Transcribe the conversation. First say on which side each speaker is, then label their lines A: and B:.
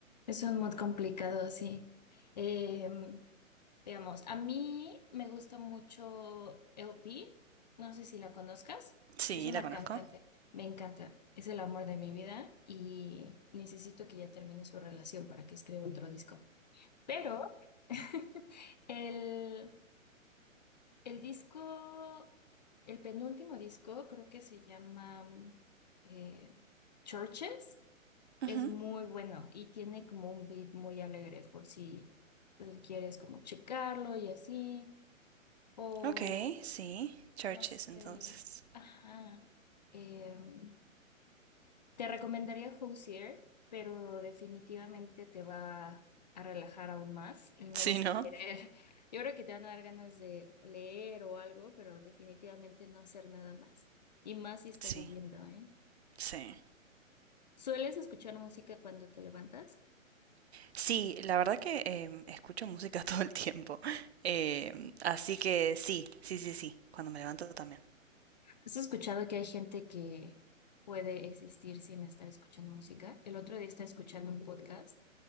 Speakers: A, on the left; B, on the right.
A: Es un mood complicado, sí. Em, veamos, a mí me gusta mucho LP, no sé si la conozcas,
B: Sí,
A: es una
B: la conozco.
A: cantante, me encanta, es el amor de mi vida y necesito que ya termine su relación para que escriba otro disco. Pero <laughs> el... El disco, el penúltimo disco, creo que se llama mm, eh, Churches, es
B: Ujú.
A: muy bueno y tiene como un beat muy alegre por si pues, quieres como checarlo y así, o
B: Ok, sí. Churches
A: no sé,
B: entonces.
A: ajá, em, te recomendaría Hozier, pero definitivamente te va a relajar aún más y no
B: Sí,
A: vas
B: ¿no?
A: a querer. <laughs> Yo creo que te van a dar ganas de leer o algo, pero definitivamente no hacer nada más. Y más si está
B: Sí,
A: lloviendo, ¿eh?
B: sí.
A: ¿Sueles escuchar música cuando te levantas?
B: Sí, la verdad que em, escucho música <laughs> todo el tiempo. Em, así que sí, sí, sí, sí. Cuando me levanto también.
A: ¿Has escuchado que hay gente que puede existir sin estar escuchando música? El otro día estaba escuchando un podcast